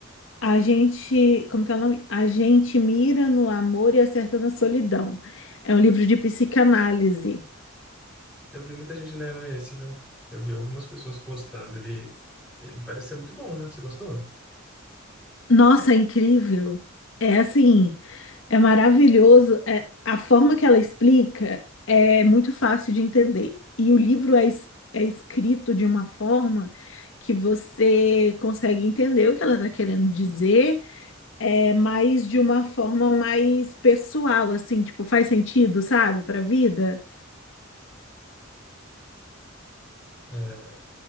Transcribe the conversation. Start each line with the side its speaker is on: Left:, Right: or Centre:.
Left: a gente, como que é o nome? A gente mira no amor e acerta na solidão. É um livro de psicanálise.
Centre: Eu vi muita gente lendo esse, viu? Eu vi algumas pessoas postando. Ele, ele parece ser muito bom, né? Você gostou?
Left: Nossa, é incrível. É assim, é maravilhoso. É, a forma que ela explica é muito fácil de entender. E o livro é, es- é escrito de uma forma que você consegue entender o que ela está querendo dizer, é, mas de uma forma mais pessoal, assim, tipo, faz sentido, sabe, para a vida.
Centre: É,